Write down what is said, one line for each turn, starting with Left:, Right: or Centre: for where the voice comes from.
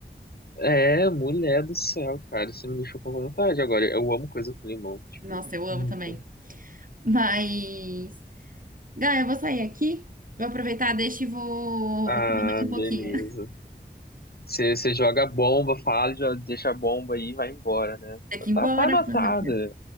Left: É, mulher do céu, cara, você me deixou com vontade agora. Eu amo coisa com limão,
Right: <laughs>
Left: tipo,
Right: Nossa, eu amo
Left: muito.
Right: também. Mas. Gaia, eu vou sair aqui. Vou aproveitar, deixa e vou,
Left: Ah,
Right: vou comer mais um
Left: beleza.
Right: pouquinho.
Left: Você você joga a bomba, fala, já deixa a bomba aí e vai embora, né?
Right: Tem que ir embora
Left: Tá, tá anotada,
Right: fazer o quê?